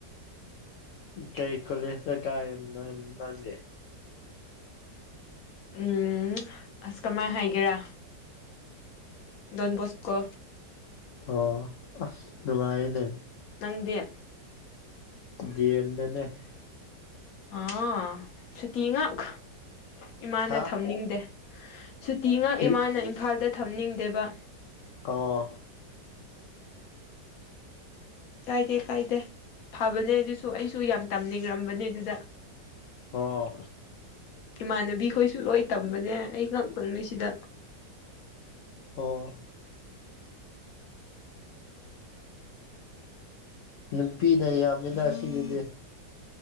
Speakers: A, on the left (about 80°); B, on the left (about 60°).
A: ꯀꯩ ꯀꯣꯂꯦꯁꯇ ꯀꯔꯤꯅꯣ ꯅꯪꯗꯤ
B: ꯎꯝ ꯑꯁ ꯀꯃꯥꯏ ꯍꯥꯏꯒꯦꯔꯥ ꯗꯣꯟꯕꯣꯁꯀꯣ
A: ꯑꯣ ꯑꯁ ꯅꯨꯡꯉꯥꯏꯅꯦ
B: ꯅꯪꯗꯦ
A: ꯗꯤꯌꯦꯝ ꯗꯅꯦ
B: ꯑꯥ ꯁꯨꯇꯤ ꯉꯥꯛ ꯏꯃꯥꯅ
A: ꯍꯥ
B: ꯊꯝꯅꯤꯡꯗꯦ ꯁꯨꯇꯤ ꯉꯥꯛ
A: ꯀꯔꯤ
B: ꯏꯃꯥꯅ ꯏꯝꯐꯥꯜꯗ ꯊꯝꯅꯤꯡꯗꯦꯕ
A: ꯑꯣ
B: ꯀꯥꯏꯗꯦ ꯀꯥꯏꯗꯦ ꯐꯕꯅꯦ ꯑꯗꯨꯁꯨ ꯑꯩꯁꯨ ꯌꯥꯝ ꯇꯝꯅꯤꯡꯔꯝꯕꯅꯦ ꯑꯗꯨꯗ
A: ꯑꯣ
B: ꯏꯃꯥꯟꯅꯕꯤ ꯈꯣꯏꯁꯨ ꯂꯣꯏ ꯇꯝꯕꯅꯦ ꯑꯩ ꯉꯥꯛꯇꯪꯅꯤ ꯁꯤꯗ
A: ꯑꯣ ꯅꯨꯄꯤꯅ ꯌꯥꯝꯃꯤꯅ ꯑꯁꯤꯗꯗꯤ